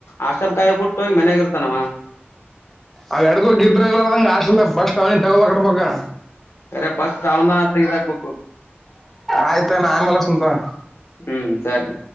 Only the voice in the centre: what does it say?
ಅವ್ ಅಡಡ್ಗೋಗ ಇದ್ರರು ಎಲ್ಲದಂಗ ಆಶಲ್ ಬಸ್ಟ್ ಅವ ತಗೋದಕಡಬಬೇಕ
ಆಯ್ತ ನಾ ಆಮೇಲೆ ಹಚ್ಚತೀನಿ ತಗೋ